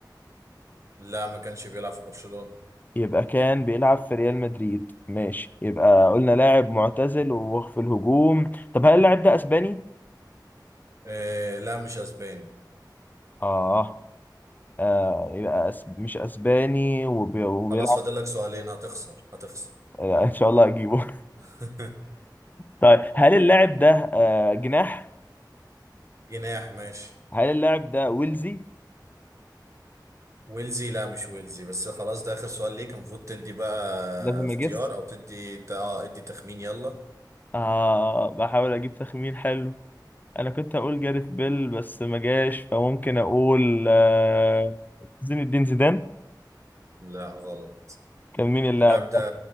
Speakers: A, on the right; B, on the left.
A: لا ما كانش بيلعب في برشلونه
B: يبقى كان بيلعب في ريال مدريد ماشي يبقى قلنا لاعب معتزل وفي الهجوم طب هل اللاعب ده اسباني
A: آه لا مش اسباني
B: اه آه يبقى أس... مش اسباني وبي... وبيلعب
A: خلاص فاضل لك سؤالين هتخسر هتخسر
B: آه ان شاء الله اجيبه <laughs>
A: <laughs>
B: طيب هل اللاعب ده آه جناح
A: جناح ماشي
B: هل اللاعب ده ويلزي
A: ويلزي لا مش ويلزي بس خلاص ده اخر سؤال ليك المفروض تدي بقى
B: لازم
A: اختيار
B: اجس
A: او تدي اه ادي تخمين يلا
B: آه بحاول اجيب تخمين حلو انا كنت اقول جاريث بيل بس ما جاش فممكن اقول آه زين الدين زيدان
A: لا غلط
B: كان مين اللاعب
A: اللاعب ده
B: ده